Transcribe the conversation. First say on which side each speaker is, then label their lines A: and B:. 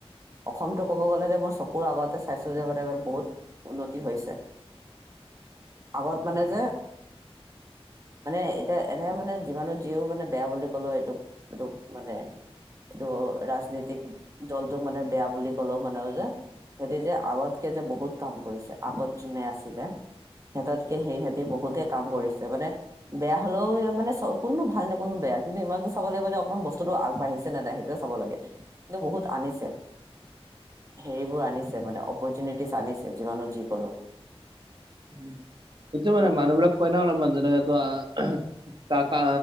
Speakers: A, on the right; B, on the right.
A: অসমতটো ক'ব গ'লে যে মোৰ চকুৰ আগতে চাইচো যে বহুত। উন্নতি হৈছে, আগত মানে যে। মানে এতিয়া এনে মানে যিমানো যিও মানে বেয়া বুলি ক'লেও এইটো এইটোক মানে। ত' ৰাজনীতিক দলটোক মানে বেয়া বুলি ক'লেও মানো যে সেতি যে আগতকে যে বহুত কাম কৰিছে আগত যোনে আছিলে। সেততকে সেইসেতি বহুতে কাম কৰিছে মানে বেয়া হলও মানে চ কোননো ভাল নে কোননো বেয়া কিন্তু ইমানটো চাব লাগিব যে অণমান বস্তুটো আগবাঢ়িছে নাই? সেইটোৱেই চাব লাগে, কিন্তু বহুত আনিছে। হেৰিবোৰ আনিছে মানে, অপৰচুনিটিচ আনিছে যিমানো যি কলো।
B: উম <inaudible> সেইটো মানে মানুহবিলাক কয় ন অলপ মানুহ জনে গাকো আহ। কাকা